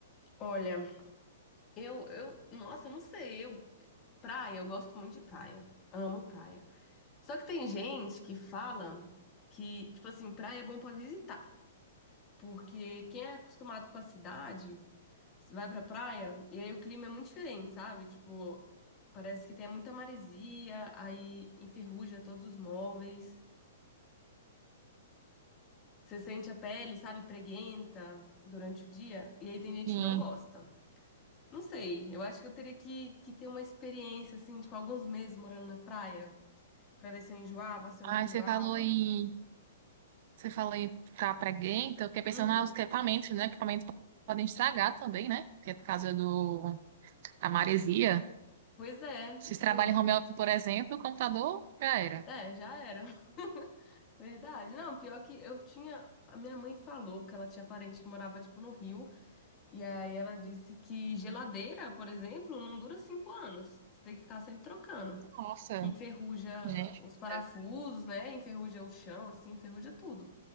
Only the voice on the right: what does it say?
Sim.
Aí
você falou em, você falou em ficar preguenta, eu fiquei pensando
nos equipamentos, né? Equipamentos podem estragar também, né? Que é por causa do, da maresia.
Se
trabalha em home office, por exemplo, o computador já era.
Nossa,
gente
do
céu.